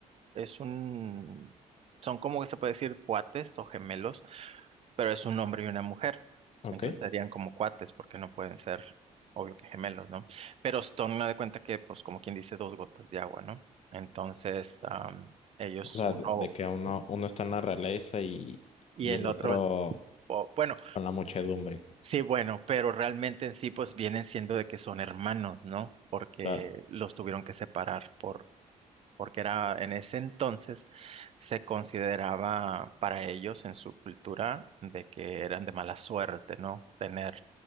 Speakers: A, on the right; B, on the left.
A: es un, son como que se puede decir cuates o gemelos, pero es un hombre y una mujer.
B: ok.
A: Entonces serían como cuates porque no pueden ser, obvio que gemelos, ¿no? Pero son, me de cuenta que, pues como quien dice, dos gotas de agua, ¿no? Entonces, am, ellos,
B: O sea,
A: uno
B: de, de que uno, uno está en la realeza y,
A: y
B: y
A: el
B: el
A: otro,
B: otro
A: o- bueno,
B: con la muchedumbre.
A: Sí, bueno, pero realmente en sí pues vienen siendo de que son hermanos, ¿no? Porque
B: Claro,
A: los tuvieron que separar por, porque era en ese entonces se consideraba para ellos en su cultura de que eran de mala suerte, ¿no? Tener